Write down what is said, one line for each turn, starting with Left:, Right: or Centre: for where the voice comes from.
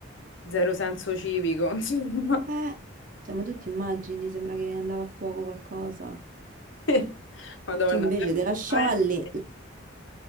Left: zero senso civico. insomma.
Right: Eh, cioè ma tu ti immagini, sembra che andava a fuoco qualcosa.
Left: <laughs> Madonna,
Right: Tu invece
Left: certi
Right: te la scialli,
Left: spaventi,